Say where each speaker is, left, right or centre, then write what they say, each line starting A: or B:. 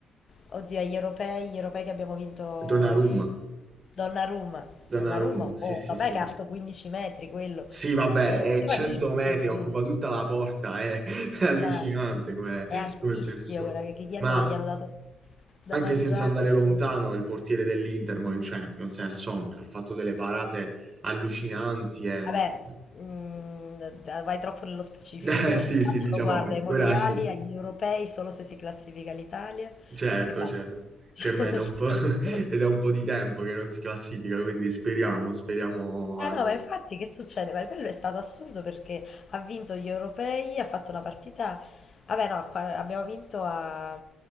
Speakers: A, on the left; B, on the right.
A: Oddio, agli europei, gli europei che abbiamo vinto...
B: Donnarumma,
A: Donnarumma.
B: Donnarumma,
A: Donnarumma è un
B: sì,
A: mostro.
B: sì, sì.
A: Vabbè che è alto 15 metri quello.
B: Sì, vabbè,
A: È
B: è
A: giovanissimo
B: 100 metri, occupa
A: lui.
B: tutta la porta, è, <laughs> è allucinante
A: Esatto.
B: come,
A: È altissimo,
B: come persona.
A: guarda, che che gli hanno,
B: Ma
A: gli hanno dato da
B: anche
A: mangiare.
B: senza andare lontano,
A: non lo so.
B: il portiere dell'Inter mo in Champions è Sommer, ha fatto delle parate allucinanti e...
A: Vabbè,
B: <laughs>
A: mh, da- vai troppo nello specifico.
B: Eh,
A: Io
B: sì,
A: il calcio
B: sì, diciamo,
A: lo guardo ai mondiali,
B: ora sì,
A: agli europei, solo se si classifica l'Italia
B: certo,
A: e basta.
B: certo, che
A: <laughs>
B: ormai
A: Nel
B: è da un
A: senso...
B: po', <laughs> è da un po' di tempo che non si classifica, quindi speriamo, speriamo
A: Eh
B: adesso.
A: no, ma infatti che succede? Maripello è stato assurdo perché ha vinto gli europei, ha fatto una partita... Vabbè no, qua- abbiamo vinto a-